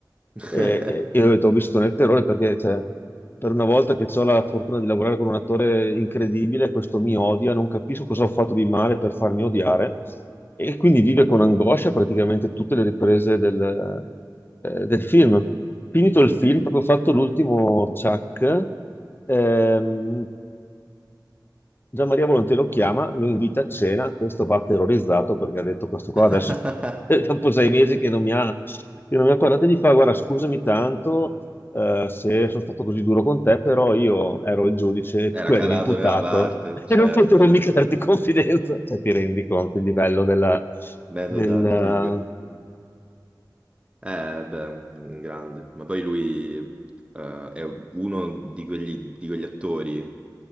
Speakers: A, on the right; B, on the left.
A: <laughs>
B: E, e- e io ho detto, ho visto nel terrore perché cioè, per una volta che ho la fortuna di lavorare con un attore incredibile, questo mi odia, non capisco cosa ho fatto di male per farmi odiare. E quindi vive con angoscia praticamente tutte le riprese del, eh, del film. Finito il
A: Mm.
B: film, proprio fatto l'ultimo Chuck, ehm, Gian Maria Volonté lo chiama, lo invita a cena, questo va terrorizzato perché ha detto questo qua
A: <laughs>
B: adesso, <laughs> dopo sei mesi che non mi ha, che non mi ha parlato, e gli fa guarda scusami tanto eh, se sono stato così duro con te, però io ero il giudice e
A: Era
B: tu eri
A: calato
B: l'imputato
A: nella parte,
B: <laughs> e
A: certo,
B: non potevo
A: certo.
B: mica darti confidenza. Cioè ti rendi conto il livello della...
A: Method
B: del-
A: acting. Eh, beh, un un grande. Ma poi lui eh, è uno di quegli, di quegli attori.